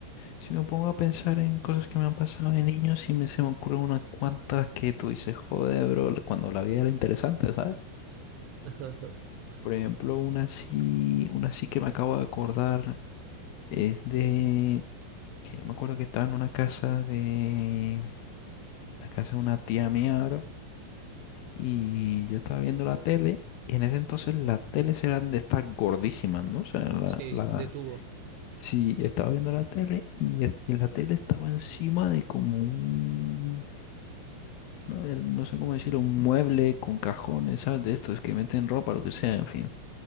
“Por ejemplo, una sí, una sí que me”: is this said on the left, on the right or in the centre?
Left